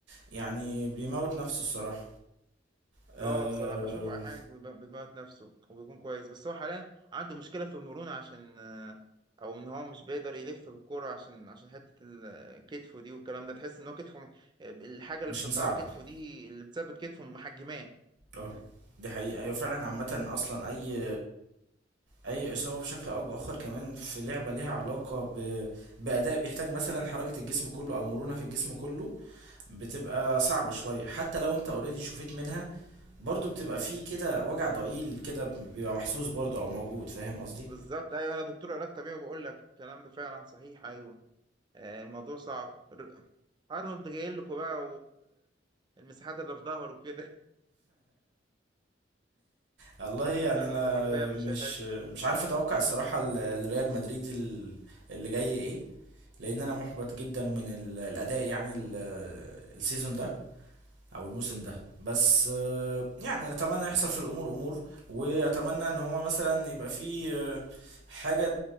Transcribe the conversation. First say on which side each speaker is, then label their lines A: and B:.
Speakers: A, on the right; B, on the right.
A: يعني بيموت نفسه الصراحه أه
B: اه بصراحة بشوفه احيانا بيم- بيموت نفسه وبيكون كويس بس هو حاليا عنده مشكلة في المرونة عشان آه، او ان هو مش بيقدر يلف بالكرة عشان عشان حتة ال- كتفه دي والكلام ده تحس ان هو كتفه الحاجة اللي
A: مش
B: بيحطها
A: مساعده
B: على كتفه
A: على كده
B: دي اللي بتثبت كتفه محجماه
A: اه
B: <laughs>
A: دي حقيقة أيوة فعلا عامة أصلا أي أي إصابة بشكل أو بآخر كمان في لعبة ليها علاقة ب... بأداء بيحتاج مثلا حركة الجسم كله أو مرونة في الجسم كله بتبقى صعبة شوية حتى لو انت اوريدي شفيت منها برضو بتبقى في كده وجع ضئيل كده بيبقى محسوس برضو او موجود فاهم قصدي
B: بالظبط ايوه انا دكتور علاج طبيعي وبقول لك الكلام ده فعلا صحيح ايوه آه، الموضوع صعب ارنولد جاي لكم بقى والمساحات اللي في ظهره وكده
A: والله
B: <laughs>
A: يعني
B: ارنولد
A: انا
B: حرفيا مش
A: مش
B: هيحل
A: مش عارف اتوقع الصراحة ال- الريال مدريد ال- اللي جاي ايه لان انا محبط جدا من ال- الاداء يعني ال- السيزون ده او الموسم ده بس آه، يعني اتمنى يحصل في الامور امور واتمنى ان هو مثلا يبقى في آه، حاجة